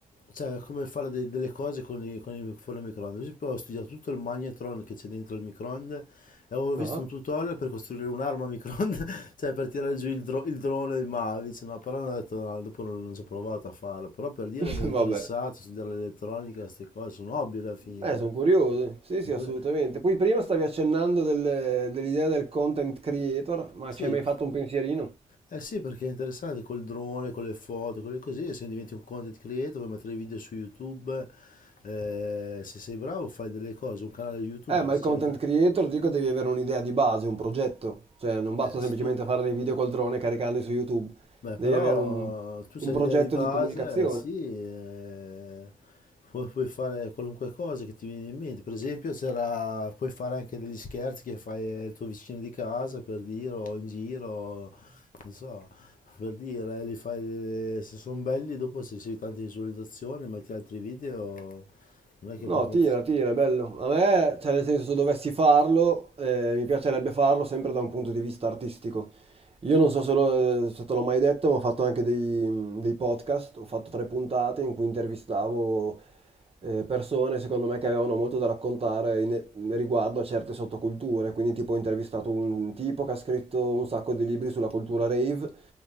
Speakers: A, on the left (about 60°); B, on the right (about 40°).
A: cioè, come fare de- delle cose con i, con i fuori il microonde. Per esempio, ho studiato tutto il magnetron che c'è dentro il microonde e avevo visto
B: ah,
A: un tutorial per costruire un'arma a microonde, <laughs> cioè per tirare giù il, dro- il drone del Mavic. No, però non ho detto, no, dopo non, non ci ho provato a farlo. Però per dire
B: <laughs>
A: mi ero interessato
B: vabbè.
A: a studiare l'elettronica, queste cose sono hobby alla fine.
B: Eh, sono curioso. Sì, sì,
A: Con quelle-
B: assolutamente. Poi prima stavi accennando del- dell'idea del content creator, ma
A: Sì,
B: ci hai mai fatto un pensierino?
A: eh sì, perché è interessante col drone, con le foto, con le cose. Se diventi un content creator, puoi mettere video su YouTube. eh, se sei bravo, fai delle cose, un canale YouTube.
B: Eh, ma
A: eccetera.
B: il content creator, dico, devi avere un'idea di base, un progetto. Cioè, non basta
A: Eh,
B: semplicemente
A: se tu
B: fare dei video col drone e caricarli su YouTube.
A: Beh,
B: Devi
A: però
B: avere un
A: tu sai
B: un progetto
A: l'idea di base,
B: di comunicazione.
A: eh, sì, eh, pu- puoi, fare qualunque cosa che ti viene in mente. Per esempio, c'era- puoi fare anche degli scherzi che fai al tuo vicino di casa, per dire, o in giro, non so, per dire, eh, li fai, se sono belli, dopo se ricevi tante visualizzazioni, metti altri video, non è che
B: No,
A: per forza...
B: tira, tira, è bello. A me, cioè, nel senso, se dovessi farlo, eh, mi piacerebbe farlo sempre da un punto di vista artistico. Io non so se, lo- se te l'ho mai detto, ma ho fatto anche dei, dei podcast, ho fatto tre puntate in cui intervistavo eh, persone, secondo me, che avevano molto da raccontare in- riguardo a certe sottoculture. Quindi, tipo, ho intervistato un tipo che ha scritto un sacco di libri sulla cultura rave,